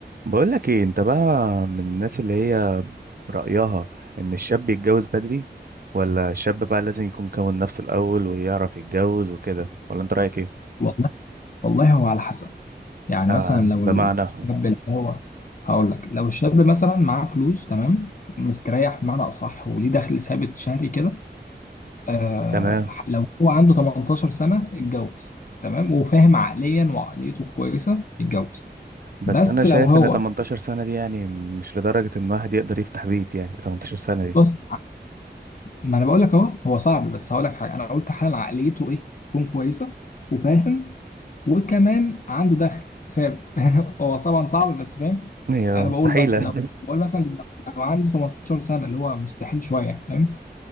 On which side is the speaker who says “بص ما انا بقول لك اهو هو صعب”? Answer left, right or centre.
Left